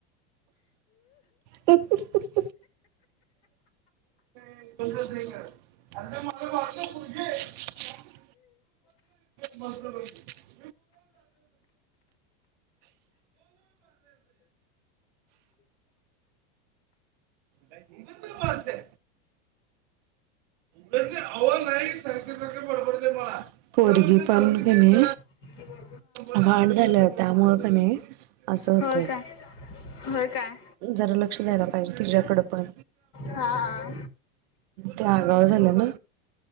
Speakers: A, on the right; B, on the left.
A: ह <unintelligible> <unintelligible> ब <unintelligible> पाहते <unintelligible> पोरगी पाहुण घेणे.
B: ह <inaudible>
A: भाडण झालं त्यामुळं कनी असं होतय.
B: होय काय होय. काय
A: जरा लक्ष द्यायला पाहिजे तिच्याकडे पण.
B: हा.
A: ते आगाव झालं ना.